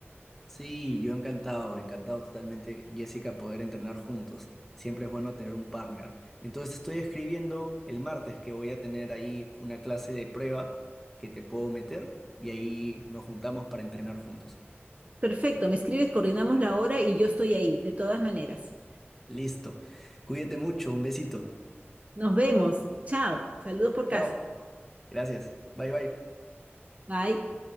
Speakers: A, in the centre; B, on the right (about 30°).
A: Sí, yo encantado, encantado totalmente, Jessica, poder entrenar juntos. Siempre es bueno tener un partner. Entonces estoy escribiendo el martes que voy a tener ahí una clase de prueba que te puedo meter y ahí nos juntamos para entrenar juntos.
B: Perfecto, me escribes, coordinamos la hora y yo estoy ahí, de todas maneras.
A: Listo. Cuídate mucho. Un besito.
B: Nos vemos. Chao. Saludos por
A: Chao.
B: casa.
A: Gracias. Bye bye.
B: Bye.